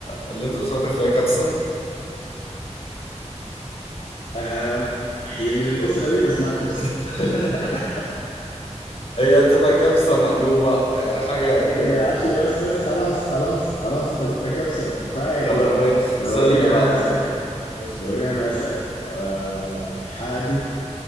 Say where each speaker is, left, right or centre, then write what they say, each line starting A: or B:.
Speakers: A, on the left; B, on the left.
A: اللي انت بتفكر فيها كبسه
B: آم هي من الأسرة دي بس ما كبسة
A: <laughs>
B: <laughs>
A: هي هتبقى كبسه مقلوبه آه، حاجه كده
B: إيه، اصلي بس بس خلاص خلاص خلاص انت قلت كبسة كفاية
A: خلاص
B: كده
A: ماشي
B: دوري
A: السؤال اللي بعده
B: انا اسأل
A: ماشي
B: دوري انا اسال آه حادق